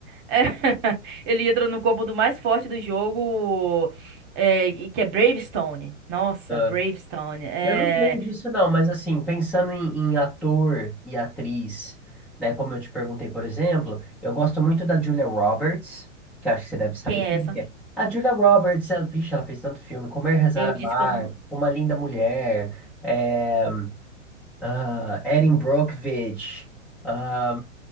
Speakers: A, on the right; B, in the centre.
A: É, <laughs> ele entra no corpo do mais forte do jogo, é, e que é Bravestone. Nossa,
B: né?
A: Bravestone. É,
B: Eu não tenho disso, não, mas assim, pensando em, em ator e atriz, né? Como eu te perguntei, por exemplo, eu gosto muito da Julia Roberts, que acho que você deve saber
A: quem
B: quem
A: é essa?
B: é. A Julia Roberts, ela, vixe, ela fez tanto filme, Comer, Rezar,
A: Eu
B: Amar,
A: disse que eu não.
B: Uma Linda Mulher, é, ah, Erin Brockovich, ah,